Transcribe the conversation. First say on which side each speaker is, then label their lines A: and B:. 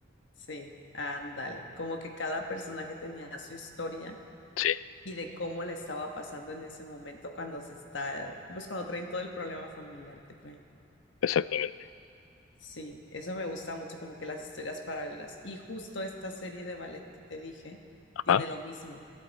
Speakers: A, on the left; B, on the left.
A: sí, ándale. Como que cada personaje tenía su historia
B: Sí,
A: y de cómo la estaba pasando en ese momento cuando se está, pues cuando traen todo el problema familiar que traen.
B: exactamente.
A: Sí, eso me gusta mucho, como que las historias paralelas. Y justo esta serie de ballet que te dije
B: Ajá,
A: tiene lo mismo.